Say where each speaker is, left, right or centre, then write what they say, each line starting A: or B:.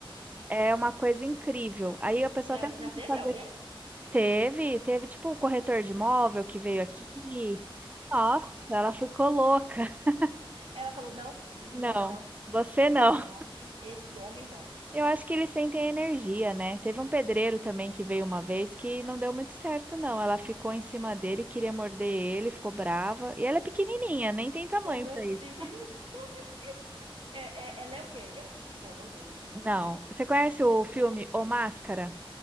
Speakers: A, on the right; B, on the right.
A: Vixe.
B: É uma coisa incrível. Aí a pessoa
A: Já,
B: até tenta
A: já teve
B: fazer.
A: alguém?
B: Teve, teve tipo o corretor de imóvel que veio aqui. Nossa, ela ficou louca. <laughs>
A: Ela falou não, não,
B: Não,
A: não.
B: você
A: Esse
B: não.
A: homem, esse homem não.
B: Eu acho que eles sentem a energia, né? Teve um pedreiro também que veio uma vez que não deu muito certo, não. Ela ficou em cima dele, queria morder ele, ficou brava. E ela é pequenininha, nem tem tamanho
A: Oh, meu
B: pra isso.
A: Deus, <laughs> oh, meu Deus. É, é, ela é o quê? É um pinche, pelo amor de Deus, disse que não.
B: Não. Você conhece
A: Eu-
B: o filme O Máscara?